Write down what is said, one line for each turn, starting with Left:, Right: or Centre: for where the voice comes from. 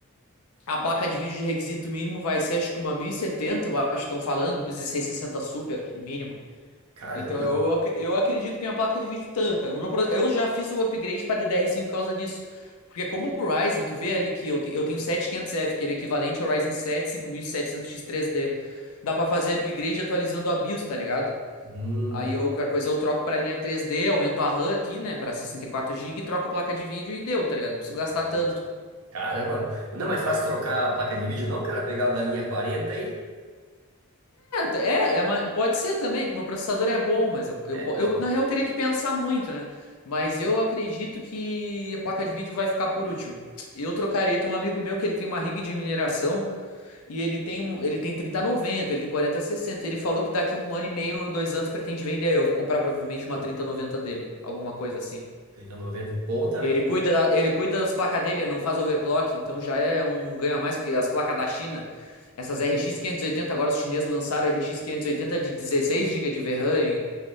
Left: A placa de vídeo de requisito mínimo vai ser acho que uma 1070, eu acho que estão falando, 1660 Super, o mínimo.
Right: Caramba.
Left: Então eu, ac- eu acredito que minha placa de vídeo tanca. O meu pro- eu já fiz o upgrade para DDR5 por causa disso. Porque como o Ryzen, tu vê ali que eu, te- eu tenho 7500F, que ele é equivalente ao Ryzen 7 5700X 3D. Dá para fazer upgrade atualizando a BIOS, tá ligado?
Right: Hum,
Left: Aí eu, qualquer coisa eu troco pra linha 3D, aumento a RAM aqui, né, pra 64 GB, troco a placa de vídeo e deu, tá ligado? Não preciso gastar tanto.
Right: nossa, caramba. Não é mais fácil trocar a placa de vídeo, não, cara? Pegar a da linha quarenta aí?
Left: É, é uma- pode ser também, que o meu processador é bom, mas eu, eu,
Right: É,
Left: po-
Right: pô.
Left: eu, na real teria que pensar muito, né? Mas eu acredito que a placa de vídeo vai ficar por último. Eu trocaria, tem um amigo meu que ele tem uma rig de mineração e ele tem, um- ele tem 3090, ele tem 4060. Ele falou que daqui a um ano e meio, dois anos, pretende vender. Eu vou comprar provavelmente uma 3090 dele, alguma coisa assim.
Right: Trinta noventa. bom também.
Left: Ele cuida, da- ele cuida das placas dele, ele não faz overclock, então já é um ganho a mais, porque as placas da China, essas RX 580, agora os chineses lançaram a RX 580 de 16 GB de VRAM. hein?